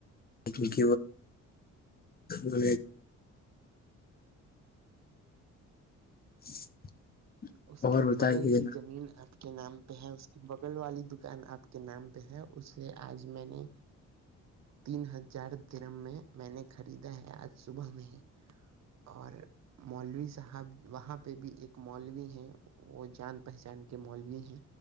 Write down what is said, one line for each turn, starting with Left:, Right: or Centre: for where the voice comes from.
Left: کیونک وہ <inaudible>
Right: اس
Left: اور
Right: کے
Left: بتائیے
Right: بغل کی زمین آپ کے نام پہ ہے اس کے بغل والی دکان آپ کے نام پہ ہے اسے آج میں نے تین ہزار درم میں میں نے خریدا ہے آج صبح میں ہی اور مولوی صاحب وہاں پہ بھی ایک مولوی ہیں وہ جان پہچان کے مولوی ہیں